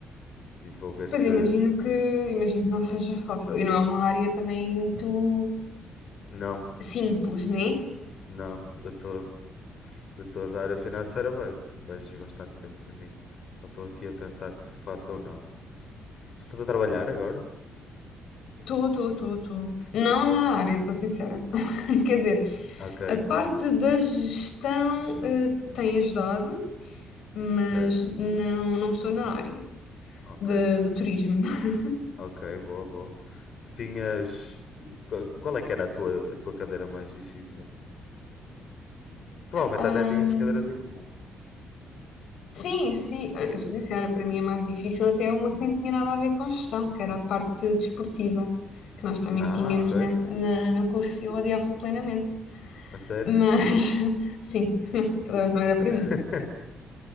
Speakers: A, on the left; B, on the left.
A: E vou ver
B: Pois
A: se.
B: imagino que, imagino que não seja fácil. E não é uma área também muito
A: Não,
B: simples, né?
A: não, de todo. De toda a área financeira vai, vai exigir bastante tempo de mim. Então estou aqui a pensar se faço ou não. Tu estás a trabalhar agora?
B: Estou, estou, estou, estou. Não na área, sou sincera. Quer dizer,
A: Ok,
B: a parte
A: boa.
B: da gestão eh,
A: Hum,
B: tem ajudado, mas
A: ok,
B: não, não estou na área
A: ok,
B: de, de turismo. <laughs>
A: ok, boa, boa. Tu tinhas. Qual qual é que era a tua, a tua cadeira mais difícil? Provavelmente
B: Ahm,
A: até tínhamos cadeiras em comum.
B: sim, sim, eh, eu sou sincera, para mim é mais difícil até uma que nem tinha nada a ver com gestão, que era a parte desportiva, que nós também
A: Ah,
B: tínhamos
A: ok.
B: ne- na, no curso e eu odiava plenamente.
A: A sério?
B: Mas <laughs> sim, <laughs> aquilo não era para
A: <laughs>
B: mim.